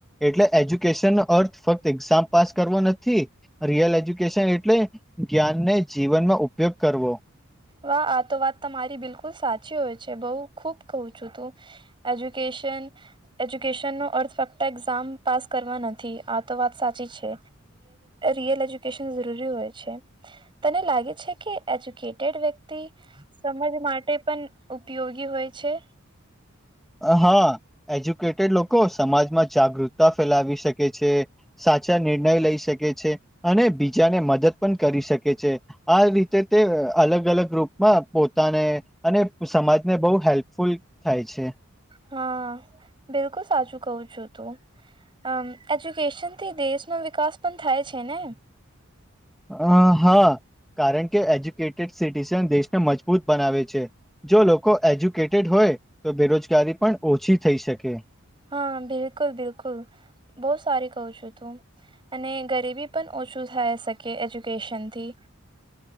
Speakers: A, in the centre; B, on the right.
A: એટલે એજ્યુકેશન નો અર્થ ફક્ત એક્ઝામ પાસ કરવો નથી. રિયલ એજ્યુકેશન એટલે જ્ઞાનને જીવનમાં ઉપયોગ કરવો.
B: વાહ આ તો વાત તમારી બિલકુલ સાચી હોય છે બઉુ ખુબ કહું છું તું એજ્યુકેશન એજ્યુકેશનનો અર્થ ફક્ત એક્ઝામ પાસ કરવા નથી આ તો વાત સાચી છે. રિયલ એજ્યુકેશન જરૂરી હોય છે તને લાગે છે કે એજ્યુકે ટેડ વ્યક્તિ સમાજ માટે પણ ઉપયોગી હોય છે
A: હા એજ્યુકેટેડ લોકો સમાજમાં જાગૃતતા ફેલાવી શકે છે. સાચા નિર્ણય લઈ શકે છે અને બીજાને મદદ પણ કરી શકે છે. આ રીતે તે અલગ અલગ રૂપમાં પોતાને અને સમાજને બહુ હેલ્પફુલ થાય છે.
B: હા બિલકુલ સાચું કવું છું તું આમ એજ્યુકેશન થી દેશનો વિકાસ પણ થાય છે ને
A: અ હા કારણ કે એજ્યુકેટેડ સિટીઝન દેશને મજબૂત બનાવે છે. જો લોકો એજ્યુકેટેડ હોય તો બેરોજગારી પણ ઓછી થઈ શકે.
B: હા બિલકુલ બિલકુલ બહ સારી કઉ છુ તું અને ગરીબી પણ ઓછું થાય શકે એજ્યુકેશનથી.